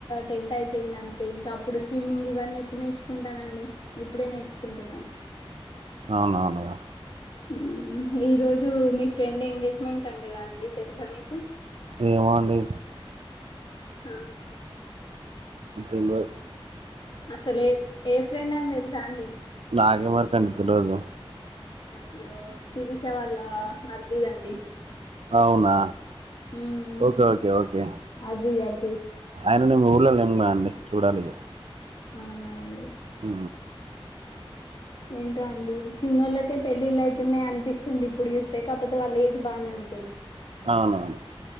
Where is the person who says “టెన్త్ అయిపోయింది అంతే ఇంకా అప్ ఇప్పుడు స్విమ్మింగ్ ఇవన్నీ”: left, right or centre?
Left